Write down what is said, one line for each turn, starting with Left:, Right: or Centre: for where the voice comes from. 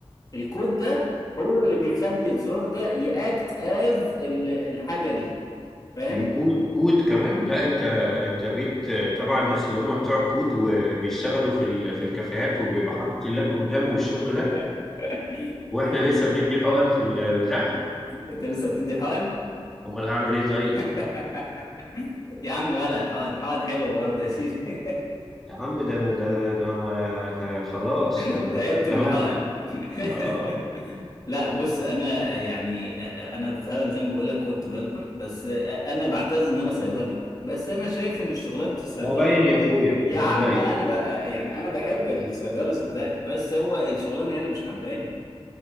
Left: الكود ده هو اللي بيخلي الزرار ده ياكت از الحاجه دي فاهم
Centre: يكون كود كمان لا انت انت بقيت تبع الناس اللي هم بتوع الكود وبيشتغلوا في ال... في الكافيهات وبيبقى حاطط اللاب قدامه والشغل ده
Left: <laughs>
Centre: واحنا لسه بندي حقن في البتاع
Left: انت لسه بتدي حقن
Centre: امال هعمل ايه طيب
Left: <laughs> يا عم مالها الحقن الحقن حلوه برضه يا سيدي <laughs>
Centre: يا عم ده انا ده انا ده انا آه، آه، خلاص يعني
Left: تعبت
Centre: انا كنت
Left: من
Centre: مرجي
Left: الحقن
Centre: اه
Left: <laughs> لا بص انا يعني انا فعلا زي ما بقول لك ويب ديفلوبر بس انا بعتز ان انا صيدلي بس انا شايف ان شغلانه الصيدله
Centre: ما هو باين يا اخويا
Left: يا
Centre: ما
Left: عم
Centre: هو باين
Left: انا ب... يعني انا بحب الصيدله صدقني بس هو الشغلانه هي اللي مش حباني